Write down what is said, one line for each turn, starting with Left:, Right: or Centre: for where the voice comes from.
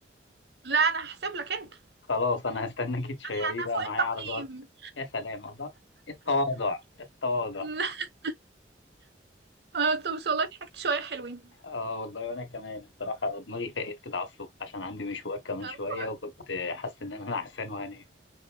Right: <laughs> لا انا هحسب لك انت
Left: خلاص انا هستناكي تشيريه
Right: انا
Left: بقى
Right: فوق
Left: معايا
Right: التقييم
Left: على الواتس يا سلام الله التواضع التواضع
Right: <laughs> انا قلت بس والله ضحكت شوية حلوين
Left: اه والله وانا كمان الصراحه دماغي فاقت كده على الصبح عشان عندي مشوار كمان
Right: طب
Left: شويه
Right: كويس.
Left: وكنت حاسس ان انا <laughs> نعسان وهنام